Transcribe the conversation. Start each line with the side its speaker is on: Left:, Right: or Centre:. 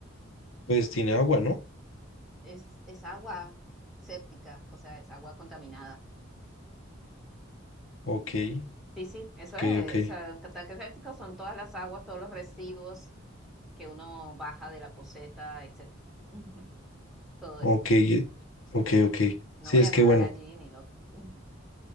Left: pues tiene agua, ¿no?
Centre: es, es agua séptica, o sea, es agua contaminada.
Left: Ok,
Centre: Sí, sí, eso
Left: ok,
Centre: es,
Left: ok,
Centre: o sea, un tanque séptico son todas las aguas, todos los residuos que uno baja de la poceta, etcétera. <laughs> Todo
Left: ok,
Centre: eso.
Left: eh, ok, ok.
Centre: No
Left: Sí,
Centre: voy
Left: es
Centre: a
Left: que
Centre: nadar
Left: bueno,
Centre: allí ni loca. <laughs>